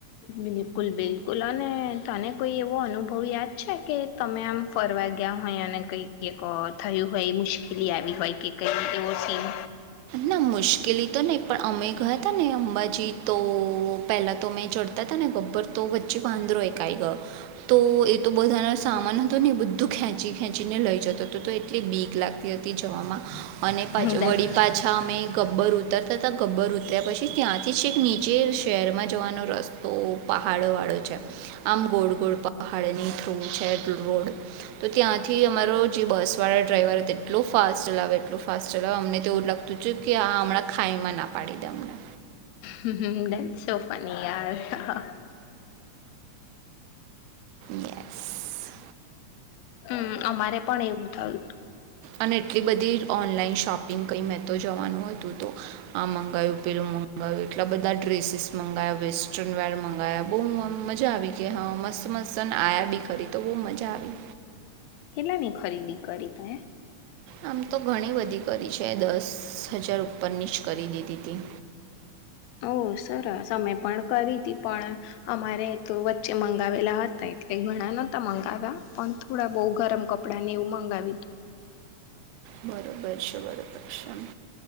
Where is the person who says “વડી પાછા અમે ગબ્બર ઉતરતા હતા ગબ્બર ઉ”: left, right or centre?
Right